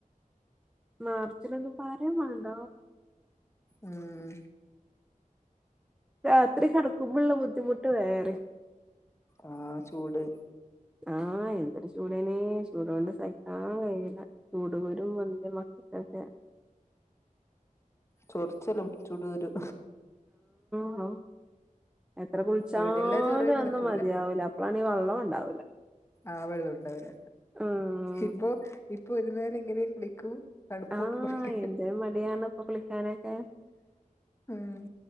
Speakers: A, in the centre; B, on the left.
A: മാർച്ചിലൊന്ന് പറി വേണ്ട.
B: ഉം.
A: രാത്രി കിടക്കുമ്പോള്ള ബുദ്ധിമുട്ട് വേറിം
B: ആ ചൂട്
A: ആഹ് എന്തൊരു ചൂടാണ് ചൂട് കൊണ്ട് സഹിക്കാൻ കഴിയില്ല ചൂട് കുരു. <unintelligible> മക്കക്കൊക്കെ
B: ചൊറിച്ചലും ചടൂരു.
A: ആഹ് എത്ര കുളിച്ചാലും
B: ഇവിടെല്ലാം ചൊറയൊന്നും
A: അന്നും
B: പറ്റൂല
A: മതിയാവൂല അപ്പളാണീ വള്ളം ഉണ്ടാവൂല.
B: ആഹ് വെള്ളം ഉണ്ടാവില്ല
A: ഉം
B: ഇപ്പൊ ഇപ്പൊ ഒരു നേരം എങ്ങനെയ കുളിക്കൂ. തണുപ്പ്
A: ആഹ്
B: കൊണ്ട് കുളിക്ക
A: എന്തൊരു മടിയാണ് ഇപ്പൊ കുളിക്കാനൊക്കെ
B: ആഹ്